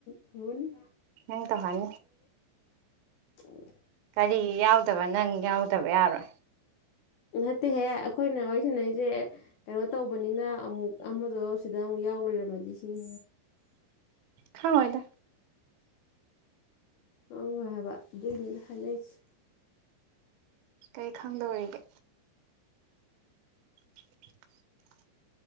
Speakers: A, on the left (about 65°); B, on the right (about 80°).
A: ꯐꯃꯣꯅꯤ
B: ꯍ ꯇꯍꯥꯏ
A: ꯑ
B: ꯀꯔꯤ ꯌꯥꯎꯗꯕ ꯅꯪ ꯌꯥꯎꯗꯕ ꯌꯥꯔꯣꯏ
A: ꯅꯠꯇꯦꯍꯦ ꯑꯩꯈꯣꯏꯅ ꯋꯥꯔꯤ ꯁꯅꯩꯁꯦ ꯀꯩꯅꯣ ꯇꯧꯕꯅꯤꯅ ꯑꯃꯨꯛ ꯑꯃꯗꯣ ꯁꯤꯗ ꯑꯃꯨꯛ ꯌꯥꯎ ꯂꯣꯏꯔꯝꯃꯗꯤ ꯁꯤꯅꯤ
B: ꯈꯥꯉꯣꯏꯗ
A: ꯍꯪꯉꯣꯏ ꯍꯥꯏꯕ ꯑꯗꯨꯏ ꯃꯤꯅꯤꯠ ꯍꯥꯏꯅꯩꯁꯦ
B: ꯀꯔꯤ ꯈꯪꯗꯧꯔꯤꯒꯦ <inaudible>